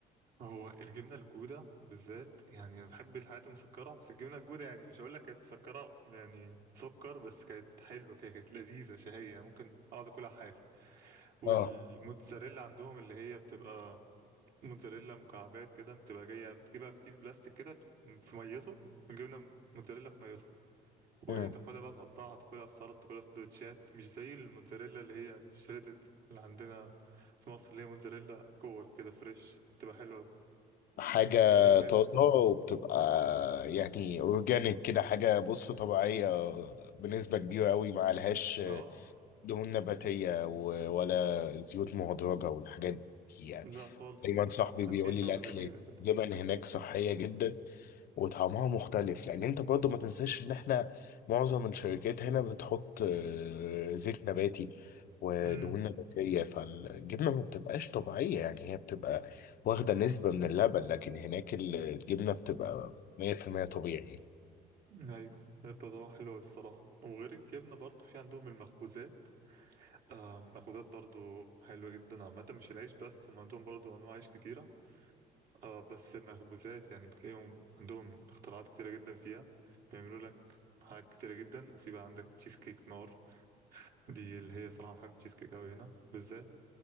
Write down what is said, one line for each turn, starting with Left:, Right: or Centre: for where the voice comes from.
Right: هو الجبنة الجودة بالذات يعني أنا بحب الحاجات المسكرة بس الجبنة الجودة يعني مش هقول لك كانت مسكرة يعني سكر بس كانت حلوة كده كانت لذيذة شهية يعني ممكن أقعد أكلها حاف والموتزاريلا
Left: اه
Right: عندهم اللي هي بتبقى موتزاريلا مكعبات كده بتبقى جاية بتجيبها في كيس بلاستيك كده ب- في ميته جبنة موتزاريلا في ميتها وتاخدها
Left: مم.
Right: بقى تقطعها تاكلها في سلطة تاكلها في سندوتشات مش زي الموتزاريلا اللي هي الشريدد اللي عندنا في مصر اللي هي موتزاريلا كور كده فريش تبقى حلوة أوي
Left: حاجة
Right: آه، غير
Left: طازة وبتبقى يعني اورجانيك كده حاجة بص طبيعية بنسبة كبيرة قوي معلهاش
Right: اه
Left: دهون نباتية و- ولا زيوت مهدرجة والحاجات دي يعني
Right: لا خالص
Left: دايما صاحبي بيقول
Right: خفيفة
Left: لي الاكل
Right: ولذيذة كده
Left: جبن هناك صحيه جدا وطعمها مختلف لان انت برضو ما تنساش ان احنا معظم الشركات هنا بتحط آه، زيت نباتي ودهون
Right: امم
Left: نباتيه فالجبنه ما بتبقاش طبيعيه يعني هي بتبقى واخده نسبه من اللبن لكن هناك ال- الجبنه بتبقى 100% طبيعي
Right: ايوه الموضوع حلو أوي الصراحة وغير الجبنة برضو في عندهم المخبوزات آه مخبوزات برضو حلوة جدا عامة مش العيش بس هم عندهم برضو أنواع عيش كتيرة اه بس المخبوزات يعني بتلاقيهم عندهم اختراعات كتيرة جدا فيها بيعملوا لك حاجات كتيرة جدا وفي بقى عندك تشيز كيك نار دي اللي هي صراحة بحب التشيز كيك أوي هنا بالذات